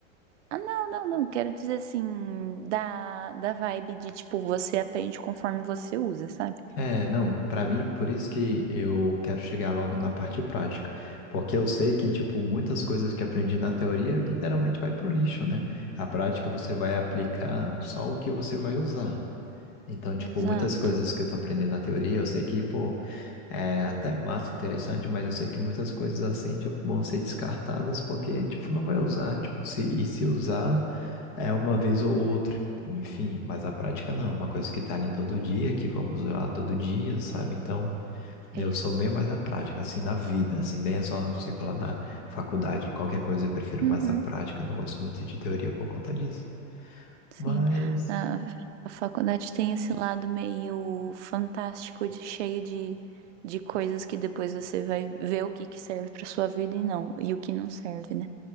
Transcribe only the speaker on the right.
ah, não, não, não. Quero dizer assim, da, da vibe de tipo, você aprende conforme você usa, sabe?
Exato.
É.
Uhum,
sim.
A, a faculdade tem esse lado meio fantástico, de, cheio de, de coisas que depois você vai ver o que que serve para sua vida e não, e o que não serve, né?